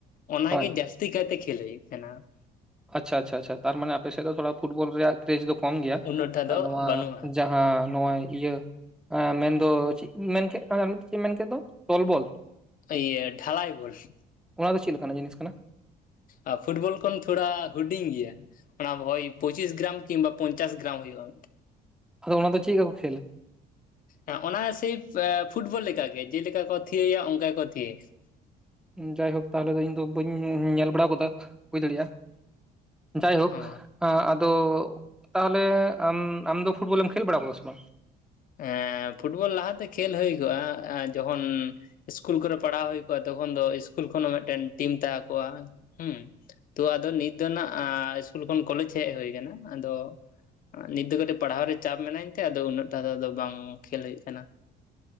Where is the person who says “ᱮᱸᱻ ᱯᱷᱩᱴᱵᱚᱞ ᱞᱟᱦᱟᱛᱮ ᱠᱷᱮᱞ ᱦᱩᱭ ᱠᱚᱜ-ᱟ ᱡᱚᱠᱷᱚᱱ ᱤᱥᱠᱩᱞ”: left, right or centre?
Left